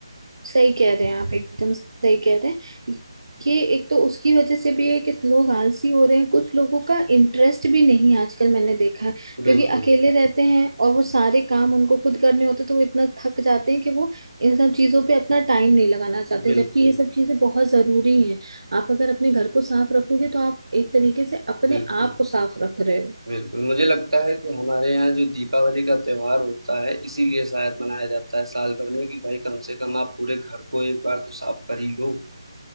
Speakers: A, on the right; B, on the right.
A: सही कह रहे हैं आप एकदम सही कह रहे हैं ये एक तो उसकी वजह से भी है कि लोग आलसी हो रहे हैं कुछ लोगों का इंटरेस्ट भी नहीं है आजकल मैंने देखा है क्योंकि
B: बिल्कुल,
A: अकेले रहते हैं और वो सारे काम उनको खुद करने होते हैं, तो वो इतना थक जाते हैं कि वो इन सब चीजों पे अपना टाइम नहीं लगाना चाहते
B: बिल्कुल,
A: जबकि ये सब चीजें बहुत जरूरी हैं आप अगर अपने घर को साफ रखोगे तो आप एक तरीके से अपने
B: बिल्कुल,
A: आप को साफ रख रहे हो
B: बिल्कुल। मुझे लगता है कि हमारे यहाँ जो दीपावली का त्योहार होता है, इसीलिए शायद मनाया जाता है साल भर में कि भाई कम से कम आप पूरे घर को एक बार तो साफ कर ही लो।